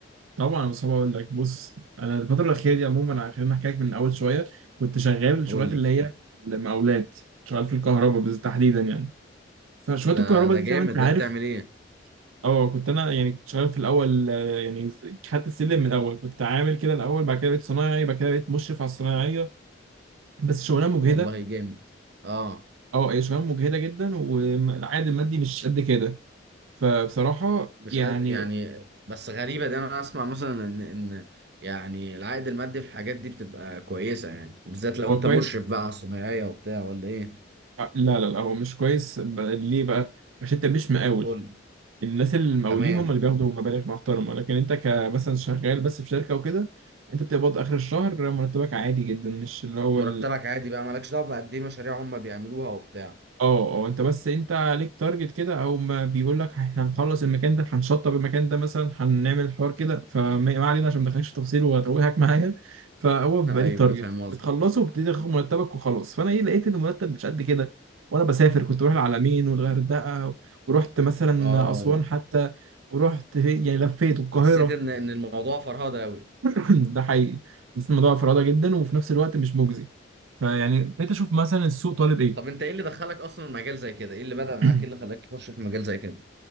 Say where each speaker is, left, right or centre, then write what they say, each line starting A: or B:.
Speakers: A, on the right (about 85°); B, on the right (about 55°).
A: طبعا يا مصطفى اقول لك بص انا الفتره الاخيره دي عموما خلينا احكي لك من اول شويه كنت شغال الشغلات
B: قول لي
A: اللي هي المقاولات شغال في الكهرباء بالتحديدا يعني فشغلات
B: ده
A: الكهرباء
B: ده
A: دي
B: جامد
A: زي ما انت عارف
B: ده بتعمل ايه
A: اه كنت انا يعني كنت شغال في الاول آه، يعني خدت السلم من الاول كنت عامل كده الاول بعد كده بقيت صنايعي بعد كده بقيت مشرف على الصنايعيه بس شغلانه مجهده
B: والله جامد اه
A: اه هي شغلانه مجهده جدا والعائد المادي مش قد كده فبصراحه
B: مش
A: يعني
B: قاد- يعني بس غريبة دي انا اسمع مثلا ان ان يعني العائد المادي في الحاجات دي بتبقى كويسة يعني بالذات لو
A: هو
B: انت
A: كويس
B: مشرف بقى على الصنايعية وبتاع ولا ايه
A: آه، لا لا لا هو مش كويس ب- ليه بقى عشان انت مش مقاول
B: قول لي
A: الناس المقاولين
B: تمام
A: هم اللي بياخدوا مبالغ محترمه لكن انت كمثلا شغال بس في شركه وكده انت بتقبض اخر الشهر مرتبك عادي جدا مش اللي هو
B: مرتبك عادي بقى مالكش دعوة بقد ايه مشاريع هم بيعملوها وبتاع
A: اه اه انت بس انت عليك تارجت كده او ما بيقول لك احنا هنخلص المكان ده هنشطب المكان ده مثلا هنعمل حوار كده فما ما علينا عشان ما ادخلكش في تفاصيل واتوهك معايا فهو بيبقى
B: ايوه
A: ليك تارجت
B: فاهم قصدي
A: بتخلصه وبتبتدي تاخد مرتبك وخلاص فانا ايه لقيت ان المرتب مش قد كده وانا بسافر كنت بروح العلمين والغردقه ورحت مثلا
B: اه
A: اسوان حتى ورحت في- يعني لفيت القاهره
B: حسيت ان ان الموضوع فرهده قوي
A: <clears throat> ده حقيقي بس الموضوع فرادة جدا وفي نفس الوقت مش مجزي فيعني بقيت اشوف مثلا السوق طالب ايه
B: طب انت ايه اللي دخلك اصلا مجال زي كده ايه اللي بدأ
A: <clears throat>
B: معاك ايه اللي خلاك تخش في مجال زي كده